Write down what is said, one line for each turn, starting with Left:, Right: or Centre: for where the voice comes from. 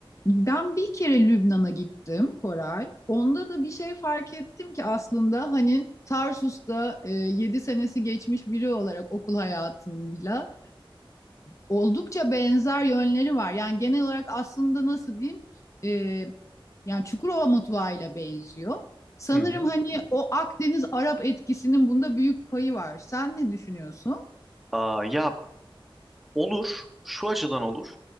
Left: Ben bir kere Lübnan'a gittim Koray. Onda da bir şey fark ettim ki aslında hani Tarsus'ta e, 7 senesi geçmiş biri olarak okul hayatıyla oldukça benzer yönleri var. Yani genel olarak aslında nasıl diyeyim e, yani Çukurova mutfağıyla benziyor. Sanırım
Centre: Hı hı.
Left: hani o Akdeniz Arap etkisinin bunda büyük payı var. Sen ne düşünüyorsun?
Centre: Aa, ya olur. Şu açıdan olur.